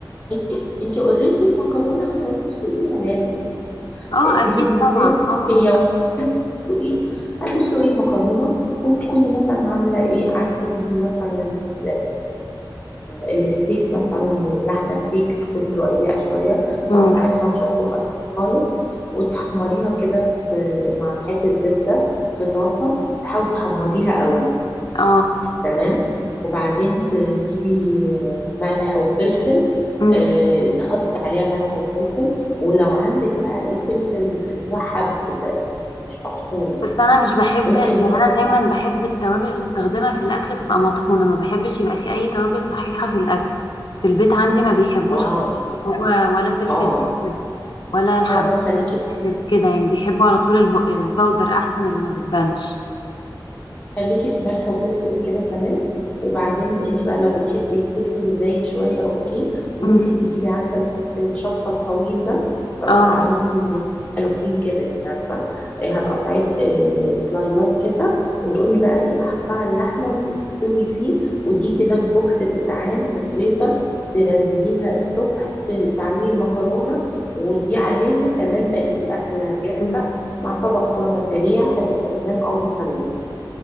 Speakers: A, on the left; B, on the left.
A: انت انت اوريدي المكرونه هتسلقيها لازم يعني
B: اه
A: آه، دي
B: اكيد
A: بالنسبه
B: طبعا
A: لي
B: اه
A: هي
B: اه
A: وتسلقيها هتسلقي المكرونه وتكوني مثلا عامله ايه عارفه تجيبي مثلا ال ال الستيك مثلا اللحمه ستيك تكون رقيقه شويه تقطعي
B: امم
A: ترانشات رفيعه خالص وتحمريها كده في مع حته زبده في طاسه تحاولي تحمريها قوي
B: اه
A: تمام وبعدين تجيبي ملح وفلفل
B: امم
A: آه، تحطي عليها ملح وفلفل ولو عندك بقى ايه فلفل اللي هو حب زي- يعني مش مطحون
B: بس انا مش بحب
A: ممكن
B: يعني انا
A: برضه-
B: دايما بحب التوابل اللي استخدمها في الاكل تبقى مطحونه ما بحبش يبقى في اي توابل صحيحه في الاكل في البيت عندي ما بيحبوش
A: اه
B: خالص اللي هو ولا فلفل
A: اه
B: اسود ولا الحب
A: خلاص خليكي
B: جاهز كده يعني بيحبوا على طول الب- الباودر احسن اللي ما بتبانش
A: خليكي في ملح وفلفل كده تمام وبعدين انت بقى لو بتحبي فلفل زايد شويه اوكي وممكن
B: امم
A: تجيبي عارفه الشطه الطويل ده تقطعيه
B: اه عارفة.
A: يعني حلوين كده يعني عارفه إيه، هتقطعيه آه، سلايزات كده
B: مم.
A: وتقومي بقى ايه حطها على اللحمه وتستوي فيه ودي كده في بوكس تتعان في فريزر تنزليها الصبح ت- تعملي المكرونه ودي عليها تمام بقت الاكله جاهزه
B: مم.
A: مع طبق سلطه سريع هتبقى تمام او مخليه